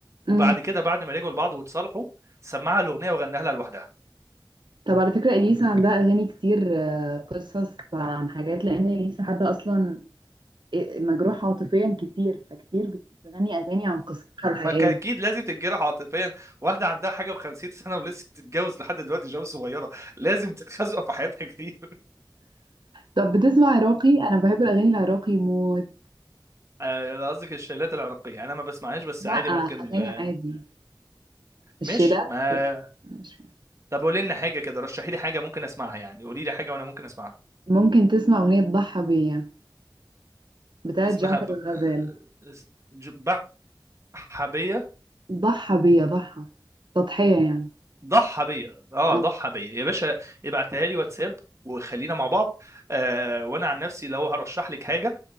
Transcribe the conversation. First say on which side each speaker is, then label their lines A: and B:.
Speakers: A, on the right; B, on the right.
A: مم.
B: وبعد كده بعد ما رجعوا لبعض واتصالحوا سمعها الاغنيه وغناها لها لوحدها
A: طب على فكرة إليسا عندها أغاني كتير آه، قصص عن حاجات لأن إليسا حد أصلا إيه- مجروح عاطفيا كتير فكتير بتغني أغاني عن قصتها الحقيقية
B: ما كان اكيد لازم تتجرح عاطفيا واحده عندها حاجه و50 سنه ولسه بتتجوز لحد دلوقتي جواز صغيره لازم تتخزق في حياتها كتير
A: طب بتسمع عراقي أنا بحب الأغاني العراقي موت
B: آه، أنا قصدك الشيلات العراقيه انا ما بسمعهاش بس
A: لا
B: عادي
A: أغاني
B: ممكن آه،
A: عادي الشيلات
B: مش ما
A: مش فاهم.
B: طب قولي لنا حاجه كده رشحي لي حاجه ممكن اسمعها يعني قولي لي حاجه وانا ممكن اسمعها
A: ممكن تسمع أغنية ضحى بيا بتاعت
B: اسمها
A: جعفر
B: ب...
A: الغزال
B: آه، اس- ج- بحبيه
A: ضحى بيا ضحى تضحية يعني
B: ضحى بيا اه
A: آه.
B: ضحى بيا يا باشا ابعتها لي واتساب وخلينا مع بعض آه وانا عن نفسي لو هرشح لك حاجه